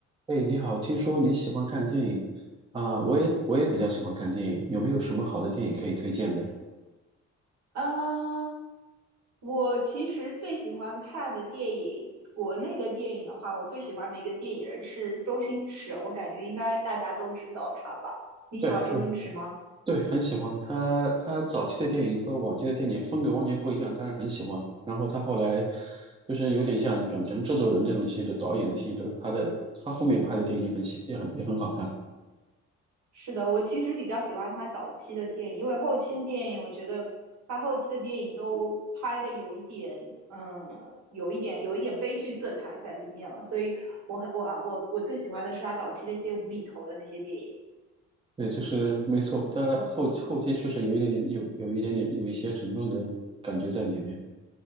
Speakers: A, on the right; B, on the right.
A: 哎，你好，听说你喜欢看电影啊，我也我也比较喜欢看电影，有没有什么好的电影可以推荐的？
B: 啊，我其实最喜欢看的电影，国内的电影的话，我最喜欢的一个电影人是周星驰，我感觉应该大家都知道他吧？你喜欢周星驰吗？
A: 对，是，对，很喜欢。他他早期的电影和往期的电影风格完全不一样，但是很喜欢。然后他后来就是有点像转成制作人那种性质，导演的性质。他的他后面拍的电影也很喜也很也很好看。
B: 是的，我其实比较喜欢他早期的电影，因为后期的电影，我觉得他后期的电影都拍的有一点，嗯，有一点有一点悲剧色彩在里面了，所以我很我啊我我最喜欢的是他早期那些无厘头的那些电影。
A: 对，就是没错，他后后期确实有一点点有有一点点有一些沉重的感觉在里面。